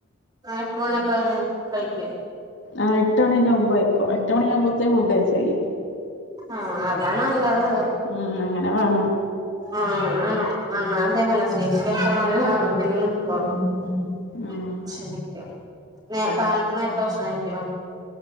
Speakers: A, on the right; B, on the left.
A: എട്ട് മണിയൊക്കെ കഴിക്കും
B: ആ എട്ട് മണിന്റെ മുമ്പ് കൈക്കും എട്ട് മണി ആകുമ്പോത്തിന് ഫുഡ് കയ്ച്ചഴ്യും
A: ആ അതാ ന്നല്ലത്
B: ഉം അങ്ങനെ വേണം
A: അങ്ങനെ വേണം <inaudible> <unintelligible>
B: ഉം
A: ശരിക്കും നേ കാലത്ത് നേരത്തെ ഭഷണം കയിക്കോ